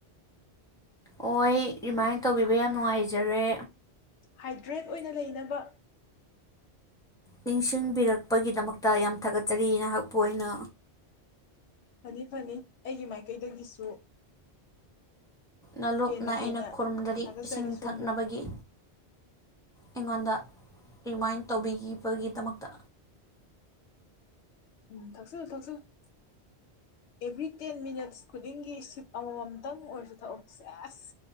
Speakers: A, in the centre; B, on the left.
A: ꯑꯣꯏ ꯔꯤꯃꯥꯏꯟ ꯇꯧꯕꯤꯕ ꯌꯥꯝ ꯅꯨꯡꯉꯥꯏꯖꯔꯦ
B: ꯍꯥꯏꯗ꯭ꯔꯦꯠ ꯑꯣꯏꯅ ꯂꯩꯅꯕ
A: ꯅꯤꯡꯁꯤꯡꯕꯤꯔꯛꯄꯒꯤꯗꯃꯛꯇ ꯌꯥꯝ ꯊꯥꯒꯠꯆꯔꯤ ꯅꯍꯥꯛꯄꯨ ꯑ ꯑꯣꯏꯅ
B: ꯐꯅꯤ ꯐꯅꯤ ꯑꯩꯒꯤ ꯃꯥꯏꯀꯩꯗꯒꯤꯁꯨ
A: ꯅꯣꯂꯨꯞꯅ
B: ꯍꯦꯟꯅ
A: ꯑꯩꯅ
B: ꯍꯦꯟꯅ
A: ꯈꯨꯔꯨꯝꯖꯔꯤ
B: ꯊꯥꯒꯠꯆꯔꯤ
A: ꯏꯁꯤꯡ
B: ꯁꯣꯝꯕꯨ
A: ꯊꯛꯅꯕꯒꯤ ꯑꯩꯉꯣꯟꯗ ꯔꯤꯃꯥꯏꯟ ꯇꯧꯕꯤꯈꯤꯕꯒꯤꯗꯃꯛꯇ
B: ꯎꯝ ꯊꯛꯆꯜꯂꯨ ꯊꯛꯆꯜꯂꯨ ꯑꯦꯚ꯭ꯔꯤ ꯇꯦꯟ ꯃꯤꯅꯠꯁ ꯈꯨꯗꯤꯡꯒꯤ ꯁꯤꯞ ꯑꯃꯃꯝꯇꯪ ꯑꯣꯏꯔꯁꯨ ꯊꯛꯎ ꯁꯦ ꯑꯁ